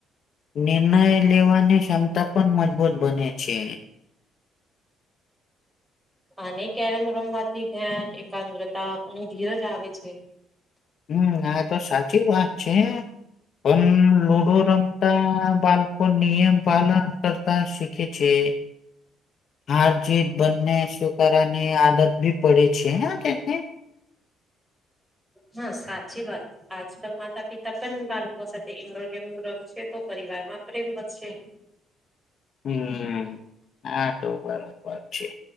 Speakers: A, on the left; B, in the centre.
A: નિર્ણય લેવાની ક્ષમતા પણ મજબૂત બને છે
B: અને કેરમ રમવાથી ધ્યાન એકાગ્રતા અને ધીરજ આવે છે
A: હમ આ તો સાચી વાત છે પણ લુડો રમ બાળકો નિયમ પાલન કરતા શીખે છે હારજીત બંને સ્વીકારાની આદત બી પડે છે તેને
B: હા સાચી વાત આજકાલ માતા પિતા પણ બાળકો સાથે ઈન્ડોર ગેમ રમશે તો પરિવાર માં પ્રેમ વધશે
A: હમ આ તો બરાબર છે